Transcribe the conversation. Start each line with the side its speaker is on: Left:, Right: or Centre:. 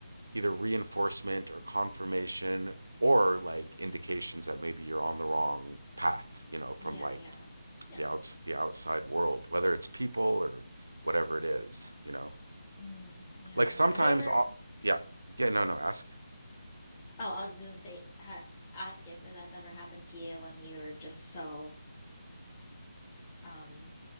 Right: either reinforcement or confirmation or like indications that maybe you're on the wrong path. You know, from
Left: Yeah,
Right: like
Left: yeah. Yeah.
Right: the outs the outside world, whether it's people or whatever it is, you know.
Left: Mm, yeah.
Right: Like sometimes,
Left: Have you ever
Right: all, yeah, yeah, no, no, ask.
Left: Oh, I was just gonna say, ha ask if that's ever happened to you when you were just so, um,